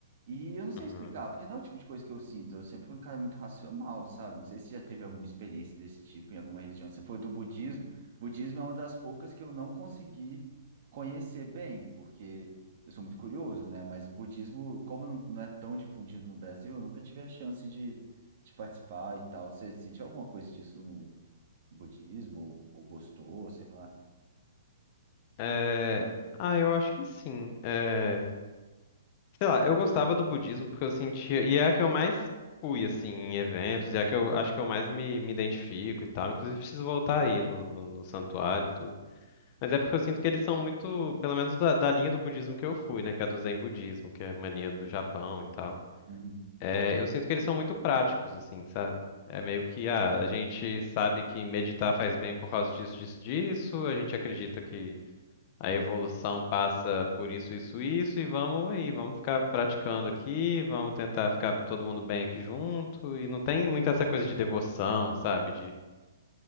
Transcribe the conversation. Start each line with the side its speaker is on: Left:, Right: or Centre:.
Right: E eu não sei
Left: uhum.
Right: explicar, porque não é o tipo de coisa que eu sinto. Eu sempre fui um cara muito racional, sabe? Não sei se já teve alguma experiência desse tipo em alguma religião. Você foi do budismo. Budismo é uma das poucas que eu não consegui conhecer bem, porque eu sou muito curioso, né? Mas o budismo, como não não é tão difundido no Brasil, eu nunca tive a chance de, de participar e tal. Você sentiu alguma coisa disso budismo ou, ou gostou, sei lá,
Left: É... Ah, eu acho que sim. É... Sei lá, eu gostava do budismo porque eu sentia. E é a que eu mais fui, assim, em eventos, e é a que eu acho que eu mais me, me identifico e tal. Inclusive, preciso voltar aí no, no, no santuário e tudo. Mas é porque eu sinto que eles são muito, pelo menos da, da linha do budismo que eu fui, né? Que é do Zen budismo, que é uma linha do Japão e tal.
Right: Uhum.
Left: É, eu sinto que eles são muito práticos, assim, sabe? É meio que, ah, a gente sabe que meditar faz bem por causa disso, disso, disso. A gente acredita que a evolução passa por isso, isso, isso. E vamos aí, vamos ficar praticando aqui, vamos tentar ficar todo mundo bem aqui junto. E não tem muita essa coisa de devoção, sabe?